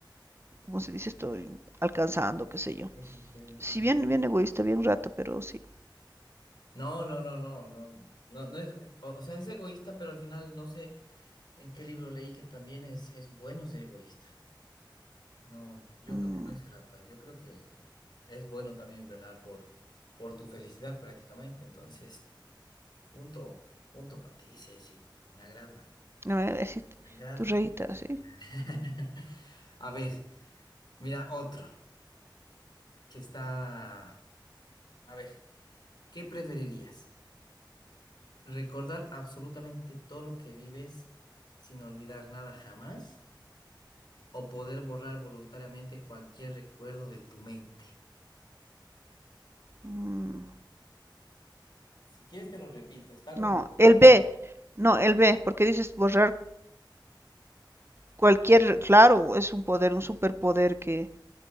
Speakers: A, on the right (about 30°); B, on the left (about 65°).
A: ¿cómo se dice? Estoy alcanzando, qué sé yo.
B: eso es experimentado.
A: Si bien, bien egoísta, bien rata, pero sí.
B: No, no, no, no, no, no, no es, eh, o, o sea, es egoísta, pero al final no sé en qué libro leí que también es, es bueno ser egoísta. No, yo
A: Mm,
B: creo que no es errata, yo creo que es bueno también velar por, por tu felicidad prácticamente. Entonces, punto, punto para ti, Ceci, me agrada,
A: no me voy a decir
B: me agrada.
A: tu reita,
B: <laughs>
A: sí.
B: A ver, mira otro. que está... A ver, ¿qué preferirías? ¿Recordar absolutamente todo lo que vives sin olvidar nada jamás? ¿O poder borrar voluntariamente cualquier recuerdo de tu mente?
A: Mm,
B: Si quieres te lo repito, está
A: no,
B: complicado.
A: el B, no, el B, porque dices borrar cualquier, claro, es un poder, un superpoder que